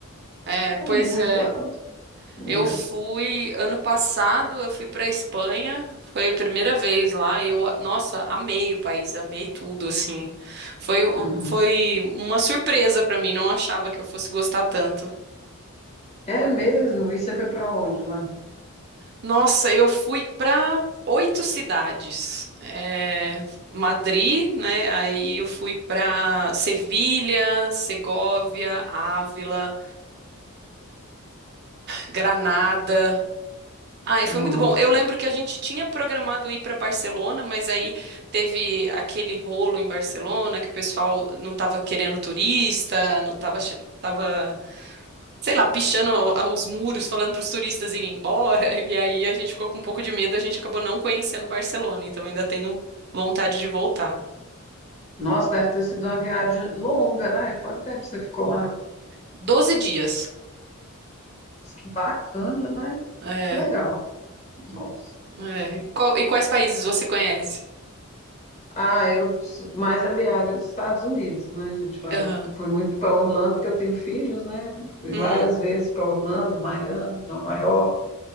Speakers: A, on the right; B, on the left.
A: É, pois
B: tá muito
A: é.
B: alto, né?
A: Eu fui ano passado, eu fui para Espanha, foi a primeira vez lá. Eu, nossa, amei o país, amei tudo assim. Foi, um-
B: Uhum.
A: foi uma surpresa para mim, não achava que eu fosse gostar tanto.
B: É mesmo? E você foi para onde lá?
A: Nossa, eu fui para oito cidades. É, Madrid, né? Aí eu fui para Sevilha, Segóvia, Ávila, Granada. Ai, foi
B: Nossa,
A: muito bom. Eu lembro que a gente tinha programado ir para Barcelona, mas aí teve aquele rolo em Barcelona que o pessoal não estava querendo turista, não estava, tava, ach- tava, sei lá, pichando a- os muros, falando para os turistas irem embora. <laughs> E aí a gente ficou com um pouco de medo, a gente acabou não conhecendo Barcelona, então ainda tenho vontade de voltar.
B: nossa, deve ter sido uma viagem longa, né? Quanto tempo você ficou lá?
A: Doze dias.
B: Que bacana, né?
A: É,
B: Que legal, nossa.
A: é. E, qual- e quais países você conhece?
B: Ah, eu sou mais aliada dos Estados Unidos, né? A gente vai,
A: Aham.
B: fui muito para Orlando porque eu tenho filhos, né? Fui
A: Hum.
B: várias vezes para Orlando, Miami, Nova York,